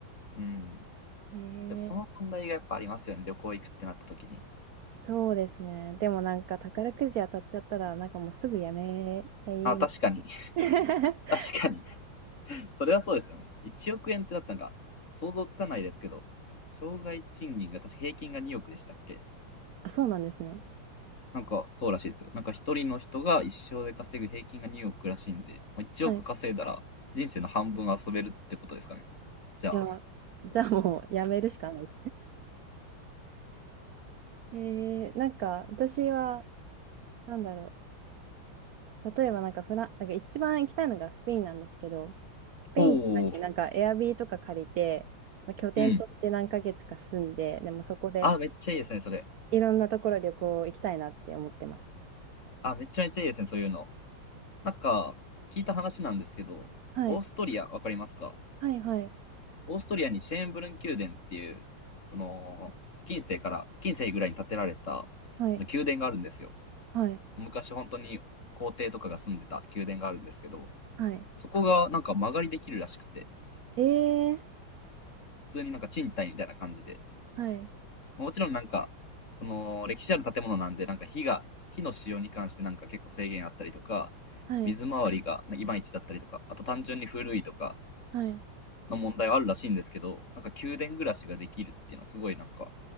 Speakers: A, on the left; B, on the right.
A: うん。
B: え
A: やっぱその問題がやっぱありますよね、
B: ー、
A: 旅行行くってなった時に。
B: そうですね。でもなんか宝くじ当たっちゃったら、なんかもうすぐやめちゃいます。
A: あ、確かに。<laughs>
B: <laughs>
A: 確かに。それはそうですよね。1億円ってなったんか、想像つかないですけど、障害賃金が確か平均が2億でしたっけ
B: あ、そうなんですね。
A: なんかそうらしいですよ。なんか一人の人が一生で稼ぐ平均が2億らしいんで、まあ1億稼いだら人生の半分遊べるってことですかね。
B: はい。
A: じゃあ。
B: いや、じゃあもうやめるしかない。えー、なんか私は、なんだろう。例えばなんかフラン、なんか一番行きたいのがスペインなんですけど、スペインとかになんかエアビーとか借りて、
A: おお、
B: まあ、拠点として何ヶ月か住んで、
A: うん。
B: でもそこで、
A: あ、めっちゃいいですね、それ。
B: いろんなところ旅行行きたいなって思ってます。
A: あ、めちゃめちゃいいですね、そういうの。なんか、聞いた話なんですけど、
B: はい。
A: オーストリア、わかりますか
B: はい、はい、
A: オーストリアにシェーンブルン宮殿っていう、この、近世から、近世ぐらいに建てられた、
B: はい、
A: その宮殿があるんですよ。
B: はい、
A: 昔本当に皇帝とかが住んでた宮殿があるんですけど、
B: はい。
A: そこがなんか間借りできるらしくて、
B: えー、
A: 普通になんか賃貸みたいな感じで、
B: はい、
A: まあもちろんなんか、その歴史ある建物なんで、なんか火が、火の使用に関してなんか結構制限あったりとか、
B: はい、
A: 水回りがいまいちだったりとか、あと単純に古いとか
B: はい。
A: の問題はあるらしいんですけど、なんか宮殿暮らしができるっていうのはすごいなんか